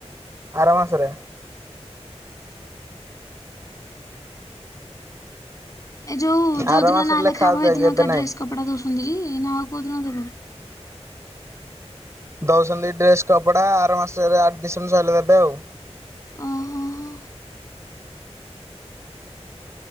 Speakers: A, on the right; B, on the left.
A: ଆର ମାସରେ
B: ଏ ଯୋଉ ଯୋଉ
A: ଆର
B: ଦିନ
A: ମାସରେ
B: ନା
A: ଲେଖା
B: ଲେଖାହବ
A: ହଉଛି
B: ହେଇ
A: ଯାଇକି
B: ଦିନ
A: ଏବେ
B: ଏକା ଡ୍ରେସ
A: ନାଇଁ
B: କପଡ଼ା ଦଉଛନ୍ତି ନା ଆଉ କୋଉ ଦିନ ଦେବେ।
A: ଦଉସନ୍ତି ଡ୍ରେସ୍ କପଡ଼ା ଆର ମାସରେ ଆଡ଼ମିସନ୍ ସରିଲେ ଦେବେ ଆଉ।
B: ଓହୋ ହ।